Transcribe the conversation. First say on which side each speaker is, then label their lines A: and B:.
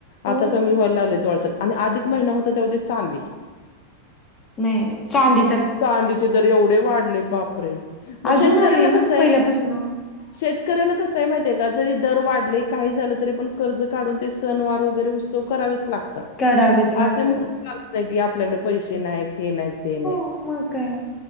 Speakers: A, on the left (about 25°); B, on the left (about 50°).
A: हो
B: आता कमी व्हायला लागलेत वाटत आणि आधिक महिना होता तेव्हा ते चांदी
A: नाही नाही चांदी
B: चांदीचे दर एवढे वाढले बापरे मग
A: अजून
B: शेतकऱ्याला
A: आहे ना
B: कसंय-
A: पहिल्यापासून
B: शेतकऱ्याला कसये माहती ये का जरी दर वाढले काही झालं तरी पण कर्ज काढून ते सणवार वगैरे उत्सव करावेच लागतात.
A: करावेच लागतात
B: असे म्हणून चालत नाही की आपल्याकडे पैसे नाहीत हे नाहीत ते नाही.
A: हो म काय